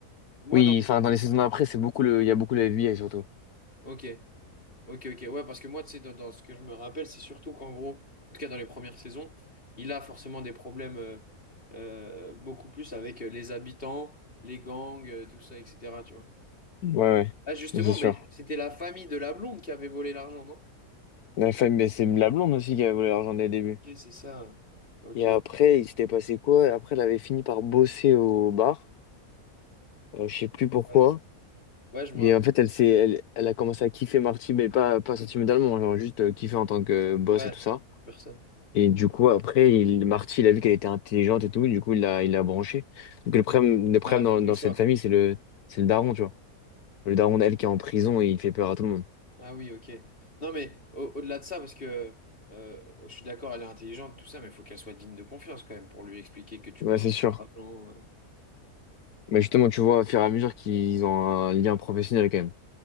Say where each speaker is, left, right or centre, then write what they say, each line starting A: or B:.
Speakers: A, on the left; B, on the left.
A: moi,
B: oui,
A: dans.
B: enfin, dans les saisons d'après, c'est beaucoup le... il y a beaucoup le FBI surtout.
A: Ok, ok, ok. Ouais, parce que moi, tu sais, dans, dans ce que je me rappelle, c'est surtout qu'en gros, en tout cas dans les premières saisons, il a forcément des problèmes euh, euh, beaucoup plus avec euh, les habitants, les gangs, euh, tout ça, etc. Tu vois.
B: Ouais,
A: Ah, justement,
B: ouais, c'est sûr.
A: mais c'était la famille de la blonde qui avait volé l'argent, non?
B: La femme, mais c'est la blonde aussi qui avait voulu l'argent dès le début.
A: Ok, c'est ça. Ok.
B: Et après, il s'était passé quoi? Après, elle avait fini par bosser au bar. Euh, je sais plus pourquoi.
A: Ouais, ouais, je me
B: Et
A: rappelle.
B: en fait, elle s'est, elle, elle a commencé à kiffer Marty, mais pas, pas sentimentalement, genre juste euh, kiffer en tant que euh, boss
A: Ouais,
B: et tout ça.
A: personne.
B: Et du coup, après, il, Marty, il a vu qu'elle était intelligente et tout, du coup, il l'a, il l'a branchée. Donc, le problème, le problème
A: Bah, faut
B: dans,
A: que
B: dans
A: je
B: cette
A: sois.
B: famille, c'est le, c'est le daron, tu vois. Le daron, elle, qui est en prison et il fait peur à tout le monde.
A: Ah oui, ok. Non, mais au- au-delà de ça, parce que euh, je suis d'accord, elle est intelligente, tout ça, mais il faut qu'elle soit digne de confiance quand même pour lui expliquer que tu
B: Ouais,
A: blanchis
B: c'est
A: de
B: sûr.
A: l'argent. euh.
B: Mais justement, tu vois, au fur et à mesure qu'ils ont un lien professionnel quand même.